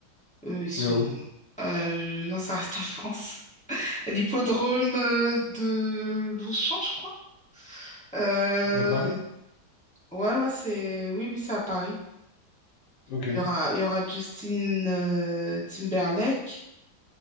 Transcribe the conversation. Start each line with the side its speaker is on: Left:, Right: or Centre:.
Centre: Eux, ils
Left: Tu
Centre: sont...
Left: vas où?
Centre: Euh, non, ça reste en <laughs> France. L'hippodrome euh, de Longchamp, je crois. Euh,
Left: C'est à Paris, ça?
Centre: ouais, ouais, c'est... Oui, oui, c'est à Paris.
Left: Ok.
Centre: Il y aura, il y aura Justin euh, Timberlake.